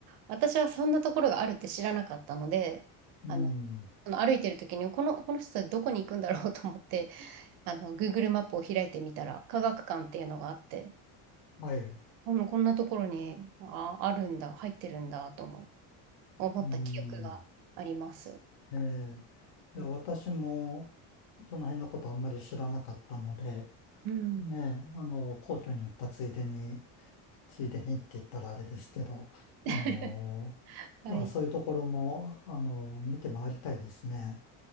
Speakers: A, on the right; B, on the left.
A: 私はそんなところがあるって知らなかったので、
B: うん。
A: あの、その歩いてる時に、この、この人たちどこに行くんだろうと思って、あの、Google マップを開いてみたら、科学館っていうのがあって、
B: はい。
A: こん、こんなところに、あ、あるんだ、入ってるんだ、とも思った記憶があります。
B: うん。ええ、いや私も
A: うん
B: その辺のことあんまり知らなかったので、
A: うん。
B: ねえ、あの、皇居に行ったついでに、ついでにって言ったらあれですけど、
A: <laughs>
B: あの、
A: はい。
B: いやそういうところも、
A: い
B: あの、見て回りたいですね。